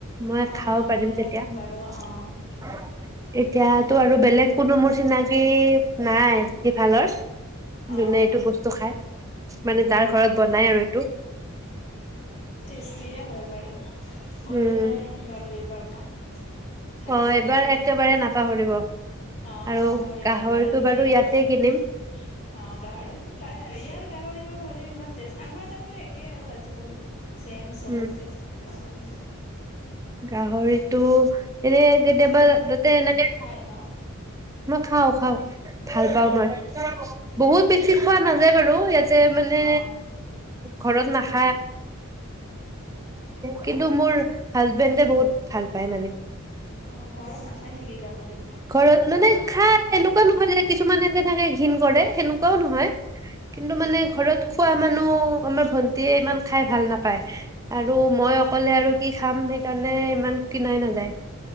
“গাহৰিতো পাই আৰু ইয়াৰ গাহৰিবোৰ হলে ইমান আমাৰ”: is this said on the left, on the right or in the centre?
Left